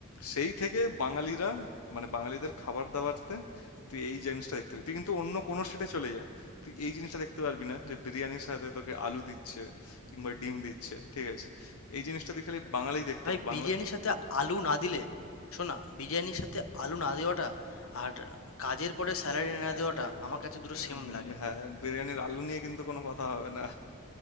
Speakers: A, on the left (about 85°); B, on the left (about 70°).
A: সেই থেকে বাঙালিরা মানে বাঙালিদের খাবার দাবারতে তুই এই জিনিসটা দেখতে পাবি তুই কিন্তু অন্য কোনো স্টেটে চলে যা তুই এই জিনিসটা দেখতে পারবি না যে বিরিয়ানির সাথে তোকে আলু দিচ্ছে কিংবা ডিম দিচ্ছে ঠিক আছে এই জিনিসটা তুই খালি বাঙালি দেখতে
B: ভাই
A: পাবি বাংলাতে
B: বিরিয়ানির সাথে আলু না দিলে শোনা বিরিয়ানির সাথে আলু না দেওয়াটা আর কাজের পরে স্যালারি
A: আহ,
B: না দেওয়াটা আমার কাছে দুটো সেম
A: উম,
B: লাগে
A: হ্যাঁ বিরিয়ানির আলু নিয়ে কিন্তু কোনো কথা হবে না